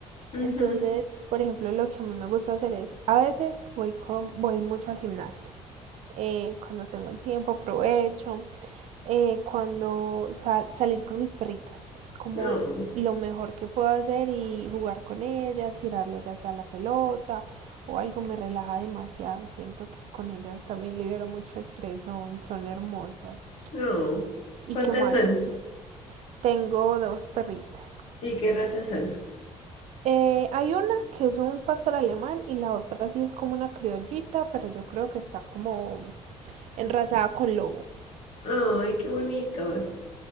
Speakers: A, on the left (about 65°); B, on the right (about 70°).
A: Ujú.
B: Entonces, por ejemplo, lo que a mí me gusta hacer es, a veces voy con, voy mucho al gimnasio eh, cuando tengo el tiempo aprovecho, eh, cuando sal salir con mis perritas. Es como
A: No,
B: lo mejor que puedo hacer y jugar con ellas, tirarle ya sea la pelota o algo me relaja demasiado. Siento que con ellas también libero mucho estrés, son, son hermosas.
A: no.
B: ¿Y
A: ¿Cuántas
B: qué más?
A: son?
B: ¿Y tú? Tengo dos perritas.
A: ¿Y qué razas son?
B: Eh, hay una que es un pastor alemán y la otra sí es como una criollita, pero yo creo que está como enrasada con lobo.
A: Ay, qué bonitos.